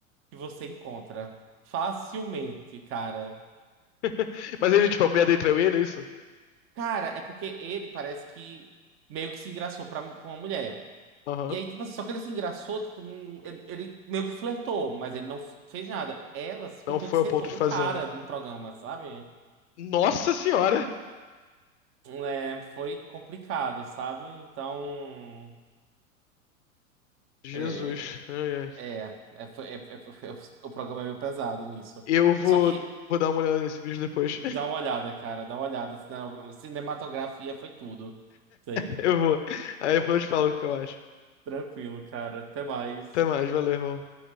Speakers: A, on the right; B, on the left.
A: que você encontra facilmente, cara.
B: <laughs> Mas ele, tipo, a mulher dele traiu ele, é isso?
A: Cara, é porque ele parece que meio que se engraçou pra, pra uma mulher.
B: Aham.
A: E aí, tipo assim, só que ele se engraçou, tipo, num- ele, ele meio que flertou, mas ele não f- fez nada. Ela simplesmente
B: Não foi ao
A: sentou
B: ponto de
A: no
B: fazer,
A: cara
B: né?
A: no programa, sabe?
B: Nossa senhora!
A: É, foi complicado, sabe? Então.
B: Jesus.
A: é,
B: Ai, ai.
A: É, é, foi- é- é- foi- o programa é meio pesado nisso.
B: Eu vou,
A: Só que
B: vou dar uma olhada nesse vídeo depois. <laughs>
A: dá uma olhada, cara, dá uma olhada. Cine- Cinematografia foi tudo. Isso aí.
B: Eu vou. Aí depois eu te falo o que eu acho.
A: Tranquilo, cara. Até mais.
B: Até mais, valeu, irmão.